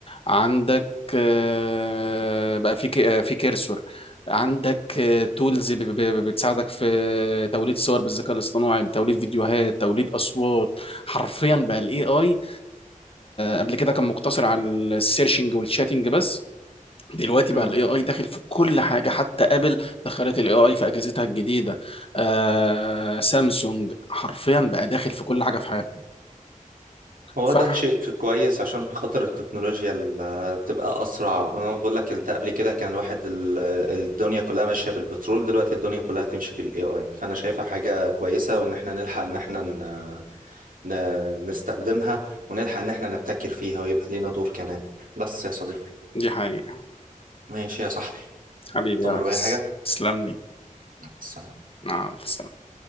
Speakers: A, on the left; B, on the right.
A: عندك آه، بقى في ك- آه، في كيرسور عندك آه، تولز بتساعدك في توليد صور بالذكاء الاصطناعي بتوليد فيديوهات توليد اصوات حرفيا بقى الاي اي قبل كده كان مقتصر على السيرشنج والشاتنج بس دلوقتي
B: امم
A: بقى الاي اي داخل في كل حاجه حتى ابل دخلت الاي اي في اجهزتها الجديده آه سامسونج حرفيا بقى داخل في كل حاجه في حياتنا
B: هو
A: صح
B: ده شيء ك- كويس عشان خاطر التكنولوجيا ال- تبقى أسرع أنا بقول لك أنت قبل كده كان الواحد ال- الدنيا كلها ماشية بالبترول دلوقتي الدنيا كلها تمشي بالاي اي فأنا شايفها حاجة كويسة وإن إحنا نلحق إن إحنا ن- ن- نستخدمها ونلحق إن إحنا نبتكر فيها ويبقى لينا دور كمان بس يا صديقي
A: دي حقيقه
B: ماشي يا صحبي
A: حبيبي
B: تؤمر
A: يا ريس
B: بأي حاجة
A: تسلم لي
B: السلام
A: مع الف سلامه